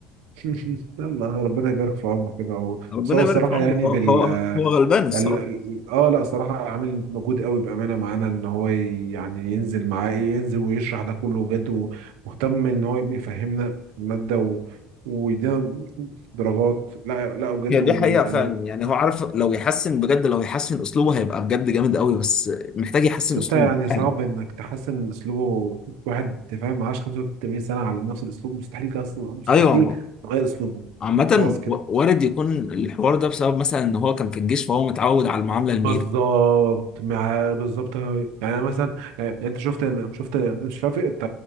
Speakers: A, on the right (about 70°); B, on the left (about 40°).
A: <laughs> يلا ربنا يبارك في عمره كده و-
B: ربنا
A: بس هو
B: يبارك
A: الصراحة
B: في عمره
A: يعني
B: هو
A: بال
B: هو هو غلبان الصراحه
A: ال- ال- اه لا صراحة عامل مجهود قوي بأمانة معانا ان هو ي- يعني ينزل معاه ايه، ينزل ويشرح ده كله بجد ومهتم ان هو يفهمنا المادة و... ويدينا درجات لا لا بجد
B: هي دي
A: ويعني
B: حقيقه فعلا يعني هو عارف لو يحسن بجد لو يحسن اسلوبه هيبقى بجد جامد قوي بس محتاج يحسن
A: بس انت
B: اسلوبه
A: يعني صعب
B: فعلا
A: انك تحسن من اسلوبه واحد فاهم معاش 85 سنة على نفس الاسلوب مستحيل كده اصلا مستحيل
B: ايوه
A: تغير اسلوبه
B: عامه
A: خلاص كده
B: و- وارد يكون الحوار ده بسبب مثلا ان هو كان في الجيش فهو متعود على المعامله الميري
A: بالظبط مع بالظبط يعني أنا مثلا يعني انت شفت شفت مش عارف انت